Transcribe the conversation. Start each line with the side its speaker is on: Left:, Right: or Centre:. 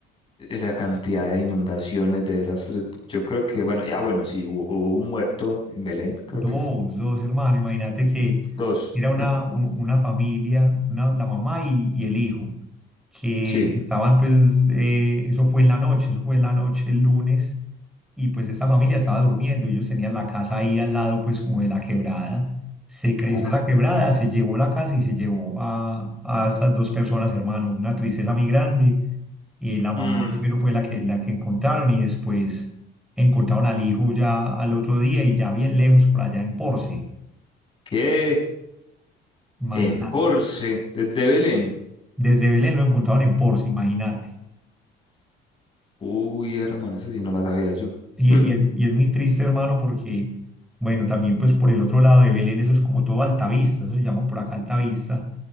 Left: esa cantidad de inundaciones, de desastres. Yo creo que, bueno, ya bueno, sí, hubo, hubo un muerto en Belén, creo
Centre: Dos,
Left: que f-
Centre: dos hermanos. Imagínate que
Left: dos.
Centre: era una,
Left: Mm,
Centre: un- una familia, una, la mamá y, y el hijo, que
Left: Sí.
Centre: estaban, pues, eh, eso fue en la noche, eso fue en la noche el lunes, y pues esta familia estaba durmiendo, ellos tenían la casa ahí al lado, pues, como de la quebrada. Se creció
Left: Ah,
Centre: la quebrada,
Left: bueno.
Centre: se llevó la casa y se llevó a, a estas dos personas, hermano. Una tristeza muy grande. Eh, la mamá
Left: Mm,
Centre: primero fue la que, la que encontraron y después encontraron al hijo ya al otro día y ya bien lejos por allá en Porce,
Left: ¿qué?
Centre: imagínate.
Left: En Porce, desde Belén.
Centre: Desde Belén lo encontraron en Porce, imagínate.
Left: Uy, hermano, esa sí no la sabía yo.
Centre: Y,
Left: Mm,
Centre: y es, y es muy triste, hermano, porque, bueno, también pues por el otro lado de Belén, eso es como todo Altavista, eso se llama por acá Altavista.